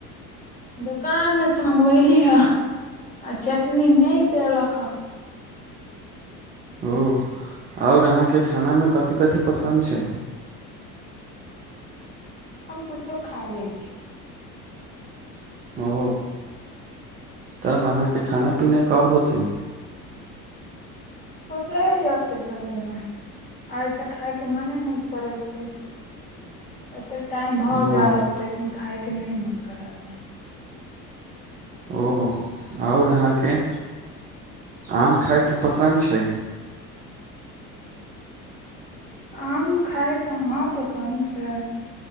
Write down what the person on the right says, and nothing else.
ओ। आओर अहाँकेँ खानामे कथी कथी पसन्द छै।
ओ तब अहाँकेँ खाना पीना कब होतै
ओ
ओ आओर अहाँकेँ आम खायके पसन्द छै